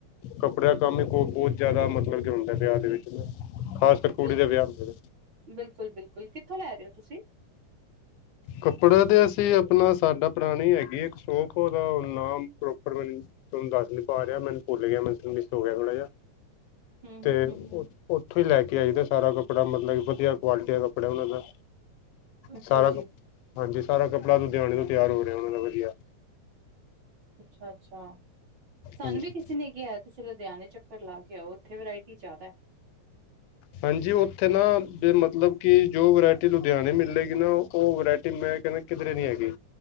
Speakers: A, on the left; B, on the right.
A: ਕੱਪੜਿਆਂ ਕੰਮ ਹੀ ਬਹੁਤ ਜ਼ਿਆਦਾ ਮਤਲਬ ਕਿ ਹੁੰਦੈ ਵਿਆਹ ਦੇ ਵਿੱਚ ਨਾ ਖਾਸ ਕਰ ਕੁੜੀ
B: ਬਿਲਕੁਲ
A: ਦੇ ਵਿਆਹ ਹੋਵੇ
B: ਬਿਲਕੁਲ ਬਿਲਕੁਲ ਕਿੱਥੋਂ ਲੈ ਰਹੇ ਹੋ ਤੁਸੀਂ
A: ਕੱਪੜਾ ਤੇ ਅਸੀਂ ਆਪਣਾ ਸਾਡਾ ਪੁਰਾਣੀ ਹੈਗੀ ਇੱਕ ਸ਼ੌਕ ਉਹਦਾ ਹੁਣ ਨਾਮ ਪ੍ਰੋਪਰ ਮ ਤੇਨੂੰ ਦੱਸ ਨੀ ਪਾ ਰਿਹਾ ਮੈਨੂੰ ਭੁੱਲ ਗਿਆ ਮੈ ਮਿੱਸ ਹੋ ਗਿਆ ਥੋੜਾ ਜਿਹਾ
B: ਹਮ
A: ਤੇ
B: ਹਮ ਹਮ
A: ਉੱਥੋਂ ਹੀ ਲੈ ਕੇ ਆਈਦੈ ਸਾਰਾ ਕੱਪੜਾ ਮਤਲਬ ਕਿ ਵਧੀਆ ਕੁਆਲਟੀ ਦਾ ਕੱਪੜਾ ਉਹਨਾਂ ਦਾ
B: ਅੱਛਾ
A: ਸਾਰਾ ਕ
B: ਜੀ
A: ਹਾਂਜੀ ਸਾਰਾ ਕੱਪੜਾ ਲੁਧਿਆਣੇ ਤੋਂ ਤਿਆਰ ਹੋ ਰਿਹਾ ਉਹਨਾਂ ਦਾ ਵਧੀਆ
B: ਅੱਛਾ-ਅੱਛਾ। ਸਾਨੂੰ
A: ਹਾਂਜੀ।
B: ਵੀ ਕਿਸੇ ਨੇ ਕਿਹਾ ਤੁਸੀਂ ਲੁਧਿਆਣੇ ਚੱਕਰ ਲਾ ਕੇ ਆਓ ਉੱਥੇ ਵੈਰਾਇਟੀ ਜ਼ਿਆਦੈ।
A: ਹਾਂਜੀ ਉੱਥੇ ਨਾ ਮਤਲਬ ਕਿ ਜੋ ਵਰਾਇਟੀ ਲੁਧਿਆਣੇ ਮਿਲੇਗੀ ਨਾ ਉਹ ਵਰਾਇਟੀ ਮੈਂ ਕਹਿੰਦਾ ਕਿਧਰੇ ਨੀ ਹੈਗੀ